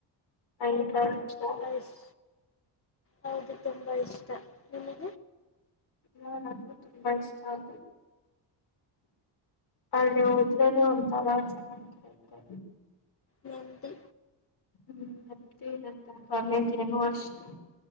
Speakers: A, on the left; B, on the left.
A: <unintelligible>
B: ಬೈಸ್ ಹೌದು ತುಂಬಾ ಇಷ್ಟ ನಿಮಿಗ್
A: ಹು ನನ್ಗು ತುಂಬಾ ಇಷ್ಟ ಅದು ಅಲ್ ಹೋದ್ರೆನು ಒಂಥರಾ ಚೆನಾಗಿರುತ್ತೆ.
B: ನೆಮ್ಮದಿ
A: ಹ್ಮ್ ಮತ್ತೆ ಇರುತ್ತೆ ಕಾಲೇಜ ಏನು ಅಷ್ಟೇ